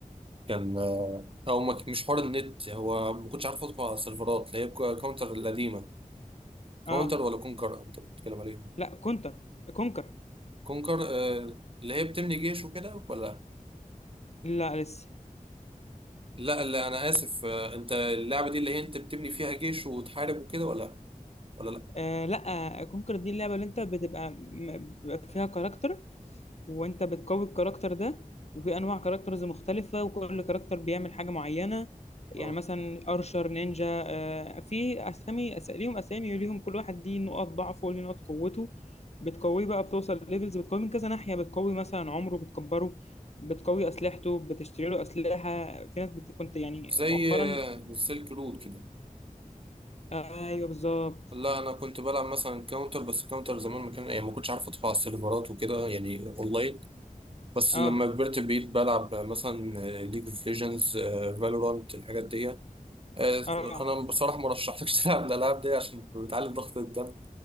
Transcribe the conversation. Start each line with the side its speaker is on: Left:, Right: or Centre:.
Right: كان او ما ك- مش حوار النت هو ما كنتش عارف ادخل على السيرفرات اللي هي كو- كاونتر القديمه كاونتر
Left: اه
Right: ولا كونكر انت بتتكلم عليها
Left: لا كونتر كونكر
Right: كونكر آه، اللي هي بتبني جيش وكده ولا
Left: لا لسه
Right: لا لا انا اسف آه، انت اللعبه دي اللي هي انت بتبني فيها جيش وتحارب وكده ولا ولا لا
Left: آه لا كونكر دي اللعبة اللي انت بتبقى م- بيبقى فيها كاركتر وانت بتقوي الكاركتر ده وفي انواع كاركترز مختلفة وكل كاركتر بيعمل حاجة معينة يعني
Right: اه
Left: مثلا ارشر نينجا آه في اسامي أس- ليهم اسامي وليهم كل واحد ليه نقط ضعفه وليه نقط قوته بتقويه بقى بتوصل ليفلز بتقوي من كذا ناحية بتقوي مثلا عمره بتكبره بتقوي اسلحته بتشتري له اسلحة في ناس بت... كنت يعني
Right: زي
Left: مؤخرا
Right: آه، السلك رود كده
Left: آه ايوه بالظبط
Right: لا انا كنت بلعب مثلا كاونتر بس كاونتر زمان ما كان يعني ما كنتش عارف ادخل على السيرفرات وكده يعني اونلاين بس
Left: اه
Right: لما كبرت بقيت بلعب مثلا ليج اوف ليجندز فالورانت الحاجات دي آه،
Left: اه
Right: انا بصراحه ما رشحتكش <laughs> تلعب الالعاب دي عشان بتعلي ضغط الدم